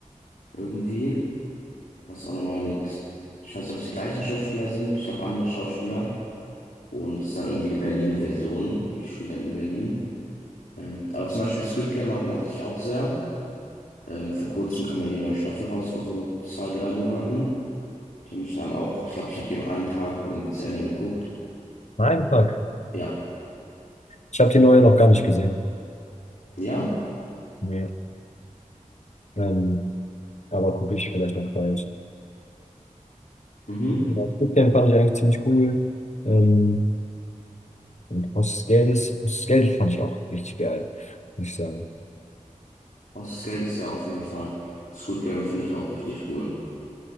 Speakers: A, on the left (about 85°); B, on the left (about 60°).
A: irgendwie, was auch nochmal mit, ich weiß nicht, ob es die gleichen Schauspieler sind, ich glaube andere Schauspieler. Und es ist dann irgendwie die Berlin-Version, die spielt dann in Berlin. Ähm, aber zum Beispiel Squid Game mo- mochte ich auch sehr. Ähm, vor kurzem kam ja die neue Staffel raus, vor so zwei, drei Monaten. Die habe ich dann auch, ich glaube, ich habe die am einen Tag irgendwie zu Ende geguckt.
B: Nein, fuck.
A: Ja.
B: Ich habe die neue noch gar nicht gesehen.
A: Ja?
B: Nee. Ähm, aber gucke ich vielleicht noch bald.
A: Mhm.
B: Ja, Squid Game fand ich eigentlich ziemlich cool. Ähm, und Haus des Geldes, Haus des Geldes fand ich auch richtig geil, muss ich sagen.
A: Haus des Geldes, ja, auf jeden Fall. Und Squid Game finde ich auch richtig cool.